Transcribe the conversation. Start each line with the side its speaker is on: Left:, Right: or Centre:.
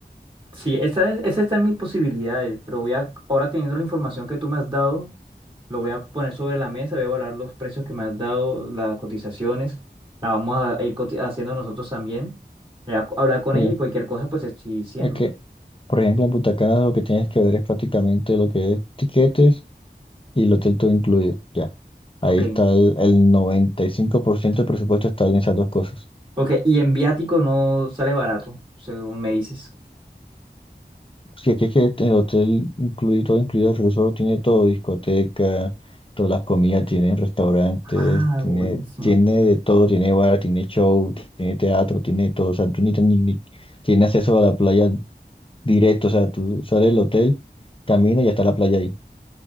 Right: Sí, esa, es- esa está en mis posibilidades, pero voy a, ahora teniendo la información que tú me has dado. Lo voy a poner sobre la mesa, voy a evaluar los precios que me has dado, las cotizaciones. La vamos a ir coti- haciendo nosotros también. eh, a- hablar con
Left: Bien,
Right: ella y cualquier cosa, pues te estoy diciendo.
Left: es que, por ejemplo, en Punta Cana lo que tienes que ver es prácticamente lo que es tiquetes y el hotel todo incluido. Ya. Ahí
Right: Ok.
Left: está el, el 95% del presupuesto está en esas dos cosas.
Right: Ok, y en viático no sale barato, según me dices.
Left: Sí, aquí, aquí el hotel incluye todo, incluido el resort, tiene todo, discoteca, todas las comidas, tiene restaurantes,
Right: Ah,
Left: tiene,
Right: buenísimo.
Left: tiene de todo, tiene bar, tiene show, tiene teatro, tiene todo, o sea, tú ni, ni, ni- tiene acceso a la playa directo, o sea, tú sales del hotel, caminas y ya está la playa ahí.